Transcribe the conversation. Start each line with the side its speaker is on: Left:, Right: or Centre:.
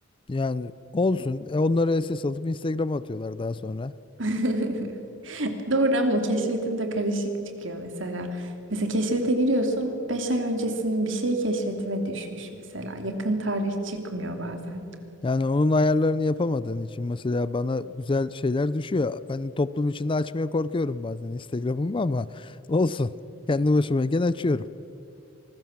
Left: yani olsun. E, onları esas alıp Instagram'a atıyorlar daha sonra.
Right: <laughs> Doğru ama keşfetim de karışık çıkıyor mesela. Mesela keşfete giriyorsun. beş ay öncesinin bir şeyi keşfetime düşmüş mesela. Yakın tarih çıkmıyor bazen.
Left: Yani onun ayarlarını yapamadığın için mesela bana güzel şeyler düşüyor. Ben toplum içinde açmaya korkuyorum bazen Instagram'ımı ama olsun. Kendi başıma gene açıyorum.